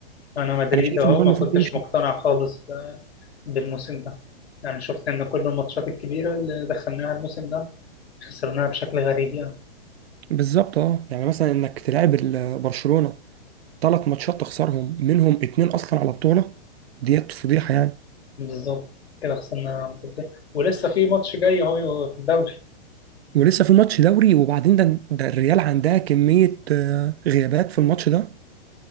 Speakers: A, on the left; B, on the right.
A: أنا مدريد
B: انا شايف
A: أهو
B: ان هو
A: ما
B: المفروض
A: كنتش
B: يمشي
A: مقتنع خالص ب- بالموسم ده يعني شفت إن كل الماتشات الكبيرة اللي دخلناها الموسم ده خسرناها بشكل غريب يعني
B: بالظبط اه يعني مثلا انك تلعب ال- برشلونه ثلاث ماتشات تخسرهم منهم اتنين اصلا على بطوله ديت فضيحه يعني
A: بالظبط كده خسرنا بطولتين ولسه في ماتش جاي أهو في الدوري
B: ولسه في ماتش دوري وبعدين ده ده الريال عندها كميه آه، غيابات في الماتش ده